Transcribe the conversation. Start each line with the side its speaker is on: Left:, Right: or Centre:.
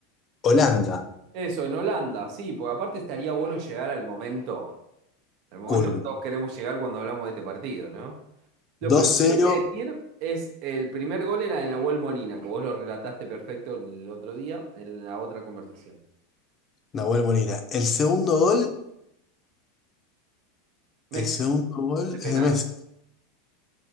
Left: Holanda,
Right: Eso, en Holanda, sí, porque aparte estaría bueno llegar al momento, al momento
Left: Culm.
Right: que todos queremos llegar cuando hablamos de este partido, ¿no? Lo
Left: 2-0,
Right: primero que hay que decir es el primer gol era de Nahuel Molina, que vos lo relataste perfecto el otro día en la otra conversación.
Left: Nahuel Molina. El segundo gol.
Right: Messi
Left: El segundo gol
Right: de
Left: es
Right: penal.
Left: de Messi.